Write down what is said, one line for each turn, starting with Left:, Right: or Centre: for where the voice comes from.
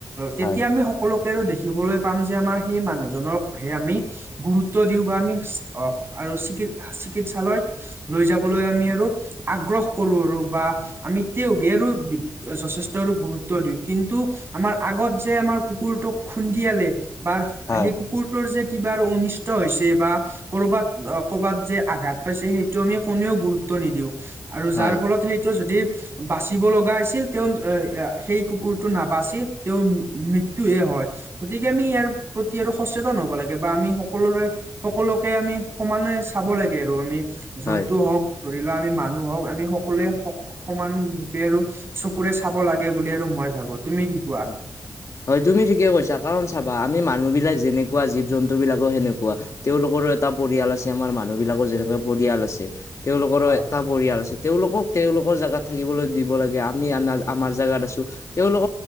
Right: তেতিয়া
Left: হয়
Right: আমি সকলো। আৰু দেখিবলৈ পাম যে আমাৰ সেই মানুহজনক'হে আমি গুৰুত্ব দিওঁ বা আমি আহ আৰু চিকিৎ চিকিৎসালয়ত, লৈ যাবলৈ আমি আৰু আগ্ৰহ কৰো আৰু বা আমি। তেওগে আৰু যথেষ্ট আৰু গুৰুত্ব দিওঁ কিন্তু, আমাৰ আগত যে আমাৰ কুকুৰটোক খুন্দিয়ালে বা
Left: হয়
Right: সেই কুকুৰ, সিহতৰ যে কিবা আৰু অনিষ্ট হৈছে বা, কৰবাত কৰ'বাত যে আঘাত পাইছে সেইটো আমি কোনেও গুৰুত্ব নিদিও। আৰু
Left: হয়
Right: যাৰ ফলত সেইটো যদি। বাচিব লগা হৈছিল তেওঁ সেই কুকুৰটো নাবচি তেওঁৰ মৃত্যু হে হয়। গতিকে আমি ইয়াৰ প্ৰতি আৰু সচেতন হব লাগে বা আমি সকলোৰে। সকলোকে আমি সমানে চাব লাগে আৰু আমি। জন্তু
Left: হয়
Right: হওক ধৰি লোৱা আমি মানুহ হওক আমি সকলোৱে সমান। ৰ আৰু চকুৰে চাব লাগে বুলি আৰু মই ভাবো তুমি কি, কোৱা
Left: হয়। হয় তুমি ঠিকে কৈছা। কাৰণ চাবা আমি মানুহবিলাক যেনেকুৱা জীৱ জন্তুবিলাকো সেনেকুৱা। তেওঁলোকৰো এটা পৰিয়াল আছে আমাৰ মানুহ বিলাকৰ যেনেকুৱা পৰিয়াল আছে তেওঁলোকৰো
Right: হয়
Left: এটা, পৰিয়াল আছে। তেওঁলোকক তেওঁলোকৰ জেগাত থাকিবলৈ দিব লাগে। আমি আমাৰ জেগাত আছোঁ। তেওঁলোক